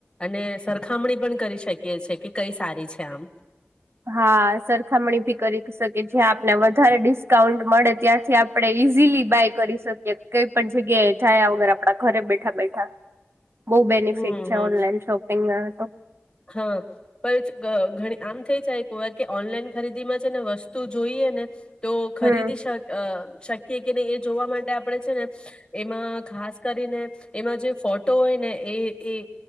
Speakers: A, on the left; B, on the right.
A: અને સરખામણી પણ કરી શકીએ છીએ, કે કઈ સારી છે આમ.
B: હા, સરખામણી ભી કરી શકે જ્યાં આપને વધારે ડિસ્ક કાઉન્ટ મળે ત્યાંથી આપડણે ઇઝીલી બાય કરી શકીએ. કઈ પણ જગ્યા છાયા વગેર આપણા ઘરે બેઠા બેઠા. બઉુ બેનિફિટ
A: હમ
B: છે
A: હમ
B: ઓનલાઈન શોપિંગમાં. <unintelligible>
A: હા, પણ ઘણી આમ થઈ જાય. કો વાર કે ઓનલાઈન ખરીદી માં છે ને વસ્તુ જોઈએ ને. તો
B: હમ
A: ખરીદી શક શક કે નહી એ જોવા માટે આપડે છે ને. એમાં. ખાસ કરીને એમાં જે ફો તો હોય ને એ એ